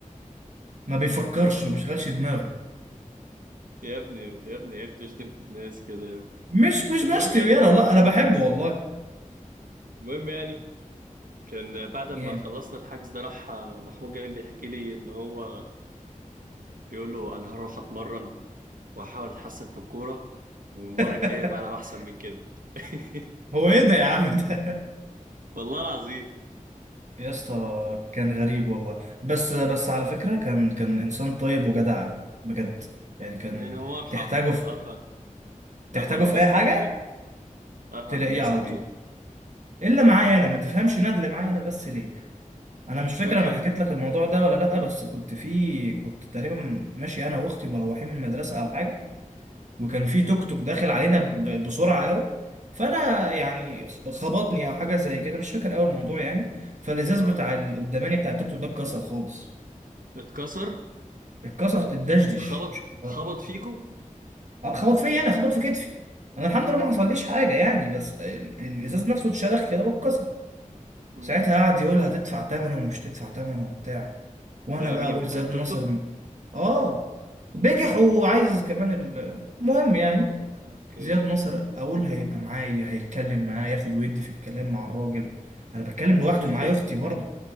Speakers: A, on the right; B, on the right.
A: ما بيفكرش ما بيشغلش دماغه
B: يا ابني يا ابني عيب تشتم في الناس كده يا ابني
A: مش مش
B: المهم
A: بشتي
B: يعني
A: يعني والله انا بحبه والله
B: المهم يعني كان بعد ما
A: ايه
B: خلصنا الحجز ده راح آه، محمود جميل بيحكي لي ان هو بيقول له انا هروح اتمرن واحاول اتحسن في الكوره والمره
A: <laughs>
B: الجايه بقى العب احسن من كده <laughs>
A: هو ايه ده يا عم ده
B: والله العظيم
A: يا اسطى كان غريب والله بس بس على فكرة كان كان انسان طيب وجدع بجد يعني كان
B: يعني هو ارحم
A: تحتاجه
B: ارحم
A: في تحتاجه
B: ارحم من
A: في
B: ناس
A: اي
B: كتير
A: حاجة
B: يعني ارحم
A: تلاقيه
B: من ناس
A: على
B: كتير
A: طول الا معايا انا ما تفهمش ندل معايا انا بس ليه انا مش فاكر
B: فاكر
A: انا حكيت لك الموضوع ده ولا لا بس كنت في كنت تقريبا ماشي انا واختي مروحين من المدرسة او حاجة وكان
B: امم
A: في توك توك داخل علينا ب- بسرعه قوي فانا يعني خبطني او حاجه زي كده مش فاكر قوي الموضوع يعني فالازاز
B: اه
A: بتاع القداماني بتاع التوك توك ده اتكسر خالص
B: اتكسر
A: اتكسر اتدشدش
B: خبط
A: مش اتكسر
B: خبط فيكو
A: آه، خبط فيا انا خبط في كتفي انا الحمد
B: امم
A: لله ما حصليش حاجه يعني بس ال- الازاز نفسه اتشرخ كده واتكسر
B: امم
A: ساعتها قعد يقول هتدفع ثمنه ومش تدفع ثمنه وبتاع وانا
B: ده
A: بقى
B: مين
A: اقول
B: بتاع
A: زياد
B: التوك
A: نصر
B: توك
A: م- اه بجح وعايز كمان ال- المهم يعني
B: اوكي
A: زياد نصر اقول هيبقى معايا هيتكلم معايا ياخد ويدي في الكلام مع الراجل انا بتكلم لوحدي
B: <laughs>
A: ومعايا اختي برضه